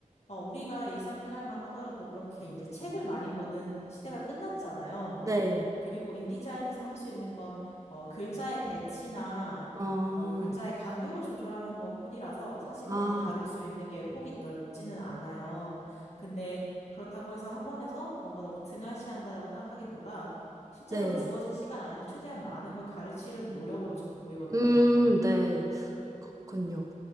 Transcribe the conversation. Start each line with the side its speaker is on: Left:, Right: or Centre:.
Left: 어, 우리가 일상생활만 하더라도 그렇게 이제 책을 많이 보는 시대가 끝났잖아요.
Right: 네.
Left: 그리고 인디자인에서 할 수 있는 건 어, 글자의 배치나
Right: 아,
Left: 어, 글자의 간격을 조절하는 것뿐이라서 사실
Right: 아,
Left: 그렇게 다룰 수 있는 게 폭이 넓지는 않아요. 근데 그렇다고 해서 학원에서 뭔가 너무 등한시한다고 생각하기보다 실제로
Right: 네.
Left: 주어진 시간 안에서 최대한 많은 걸 가르치려는 노력으로 저는 보이거든요.
Right: 음, 네. 그렇군요.